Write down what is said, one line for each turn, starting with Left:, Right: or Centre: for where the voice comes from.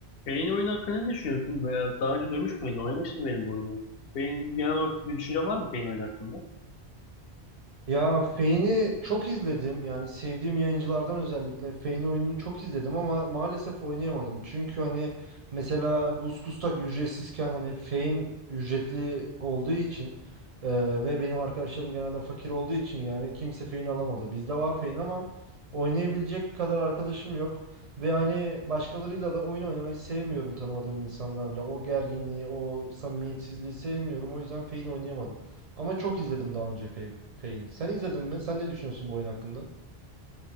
Left: Beyin oyunu hakkında ne düşünüyorsun veya daha önce duymuş muydun? Oynamıştın benim bu oyunu. Beyin genel olarak bir düşünce var mı Pain oyunu hakkında?
Right: Ya Fane'i çok izledim. Yani sevdiğim yayıncılardan özellikle Fane oyununu çok izledim ama maalesef oynayamadım. Çünkü hani mesela Gusgustak ücretsizken hani Fane ücretli olduğu için e, ve benim arkadaşlarım genelde fakir olduğu için yani kimse Fane alamadı. Bizde var Fane ama oynayabilecek kadar arkadaşım yok. Ve hani başkalarıyla da oyun oynamayı sevmiyorum tanımadığım insanlarla. O gerginliği, o samimiyetsizliği sevmiyorum. O yüzden Fane oynayamadım. Ama çok izledim daha önce Fame, Fane. Sen izledin mi? Sen ne düşünüyorsun bu oyun hakkında?